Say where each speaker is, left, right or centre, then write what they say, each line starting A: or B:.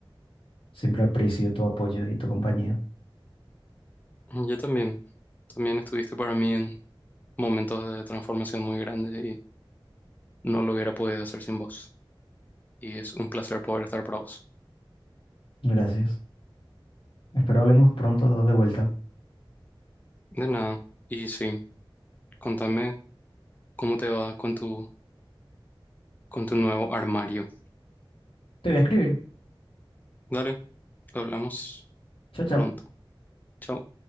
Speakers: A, on the left; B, on the left.
A: siempre aprecio tu apoyo y tu compañía.
B: Yo también. También estuviste para mí en momentos de transformación muy grandes y no lo hubiera podido hacer sin vos. y es un placer poder estar para vos.
A: Gracias. Espero hablemos pronto de vuelta.
B: De nada. Y sí, contame cómo te va con tu, con tu nuevo armario.
A: Te voy a escribir.
B: Dale, hablamos
A: Chao, chao.
B: pronto. Chao.